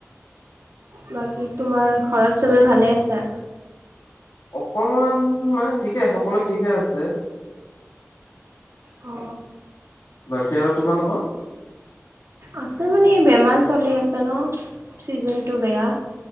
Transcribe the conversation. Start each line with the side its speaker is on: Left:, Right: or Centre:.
Right: বাকী তোমাৰ ঘৰত চবে ভালে আছা।
Left: অকমান মানে ঠিকে সকলোৱো ঠিকে আছে।
Right: অ।
Left: বাকী আৰু তোমালোকৰ।
Right: আছে মানে বেমাৰ চলি আছে ন ছিজনটো বেয়া।